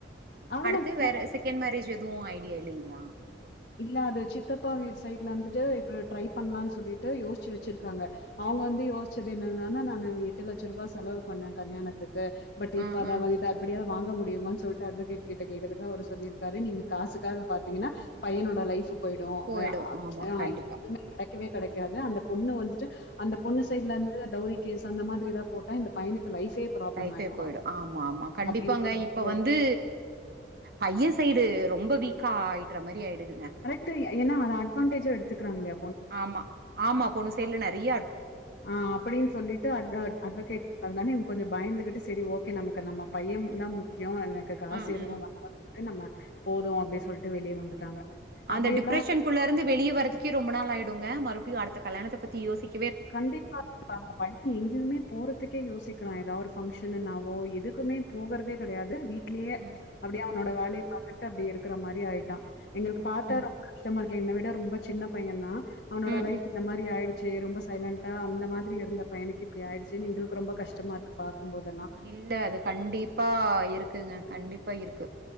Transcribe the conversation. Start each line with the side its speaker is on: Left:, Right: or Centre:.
Left: அவ்வளதான்.
Right: அடுத்து வேற செகண் மேரேஜ் எதுவு ஐடியா இல்லைங்களா
Left: இல்ல அது சித்தப்பா வீடு சைட்ல வந்துட்டு இப்ப ட்ரை பண்ணலான் சொல்லிட்டு யோஸ்ச்சு வெச்சிருக்காங்க அவங்க வந்து யோஸ்ச்சது என்னன்னானா நா எட்டு லட்சரூபா செலவு பண்ண கல்யாணத்துக்கு பட் இப்ப
Right: ஆ
Left: அத
Right: ஆ
Left: அவகிட்ட எப்படியாவ் வாங்க முடியுமான் சொல்ட்டு அட்வகேட் கிட்ட கேட்டதுக்கு அவரு சொல்லிருக்காரு நீங்க காசுக்காக பாத்தீங்கன்னா பையனோட லைஃபு போய்டு
Right: போயிடு
Left: வ
Right: ஆமா
Left: அ <inaudible>
Right: கண்டிப்பா
Left: கெடைக்கவோ கெடைக்காது அந்த பொண்ணு வந்துட்டு அந்த பொண்ணு
Right: ம்
Left: சைட்லந்து டௌரி கஸ் அந்த மாதிரி எதா போட்ட இந்த பைனுக்கு லைஃபே ப்ராப்ளம்
Right: லைஃபே
Left: ஆயிடு
Right: போயிடு ஆமா ஆமா கண்டிப்பாங்க
Left: அப்படின்னு சொல்லிட்டு
Right: இப்ப வந்து பைய சைடு ரொம்ப வீக்க ஆயிட்ற மாரி ஆயிடுதுங்க
Left: கரெட்டு எ ஏன்னா அது அட்வாடேஜ் எடுத்துக்கராங்களே
Right: ஆமா ஆமா பொண்ணு சைட்ல நெறிய
Left: ஆ அப்படின் சொல்லி ட்டு அட்கட் அட்வகேட் அதனால இவங் கொஞ்சோ பயந்துகிட்டு செரி ஓகே நமக்கு நம்ம பையம் தா முக்கியோ எனக்கு காசு
Right: ம்
Left: எதுவு
Right: ம்
Left: வேண்டா நம்ம போது அப்டி சொல்டு வெளிய வந்துட்டாங்க
Right: அந்த
Left: அப்படியெல்லாம்
Right: டிப்ரஷன்க்குள்ள இருந்து வெளிய வரத்துகே ரொம்ப நாள் ஆயுடுங்க மறுப்டியு அடுத்த கல்யாணத்த பத்தி யோசிக்
Left: கண்டிப்பா <unintelligible> எங்கியுமே போறதுக்கே யோசிக்கிறா எதாவ ஒரு ஃபங்க்ஷன்னுனாவோ எதுக்குமே போகறதே கெடையாது வீ ட்லியே
Right: ம்.
Left: அப்படியே அவனோட
Right: ம்.
Left: வேலைய பாத்துட்டு அப்டியே இருக்குற மாரி ஆயிட்டா எங்களுக்கு
Right: ம்.
Left: பாத்த
Right: ம்.
Left: ரொ ம்ப கஷ்டமா இருக்கு என்ன விட ரொம்ப சின்ன பையந்தா அவனோட
Right: ம்.
Left: லைஃப்
Right: ம்.
Left: இந்த மாரி ஆயிடுச்சு ரொம்ப சைலண்டா அந்த மாதிரி இருந்த பையனுக்கு இப்டி ஆயிடுச்சுன் எங்களுக்கு ரொம்ப கஷ்டமாருக்குப் பாக்கும்போதெல்லா
Right: இல்ல அது கண்டிப்பா இருக்குங்க கண்டிப்பா இருக்கு